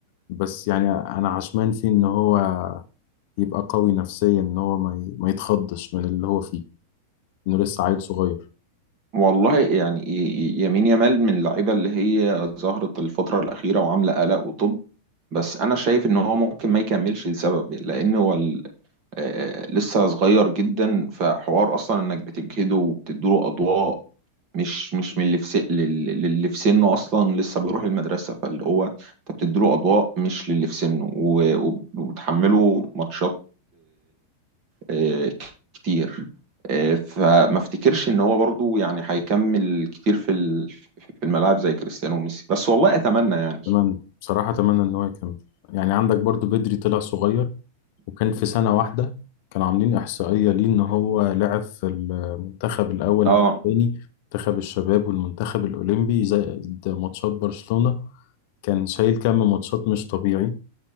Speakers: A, on the left; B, on the right.
A: بس يعني انا عشمان فيه ان هو يبقى قوي نفسيا ان هو ما ي- ما يتخضش من اللي هو فيه انه لسه عيل صغير
B: والله يعني ي- ي- يمين يامال من اللعيبه اللي هي ظهرت الفتره الاخيره وعامله قلق وطب بس انا شايف ان هو ممكن ما يكملش لسبب لان هو ال- آه، لسه صغير جدا فحوار اصلا انك بتجهده وبتديله اضواء مش مش من اللي في سن لل- للي في سنه اصلا لسه بيروح المدرسه فاللي هو انت بتديله اضواء مش للي في سنه و- وب- وبتحمله ماتشات آه، كتير آه، فما افتكرش ان هو برضو يعني هيكمل كتير في ال- في الملاعب زي كريستيانو وميسي بس والله اتمنى يعني
A: اتمنى بصراحة اتمنى ان هو يكمل يعني عندك برضو بدري طلع صغير وكان في سنة واحدة كانوا عاملين إحصائية ليه إن هو لعب في المنتخب الأول
B: اه
A: الثاني منتخب الشباب والمنتخب الأولمبي زائد ماتشات برشلونة كان شايل كم ماتشات مش طبيعي